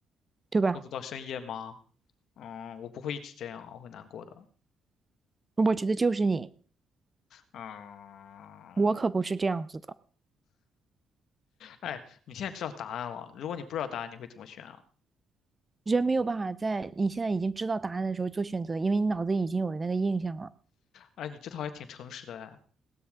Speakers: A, on the right (about 20°); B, on the left (about 75°).
A: 对吧？
B: 工作到深夜吗？嗯，我不会一直这样啊，我会难过的。
A: 我觉得就是你，
B: 嗯，
A: 我可不是这样子的。
B: 哎，你现在知道答案了。如果你不知道答案，你会怎么选啊？
A: 人没有办法在你现在已经知道答案的时候做选择，因为你脑子已经有那个印象了。
B: 哎，你这套还挺诚实的哎。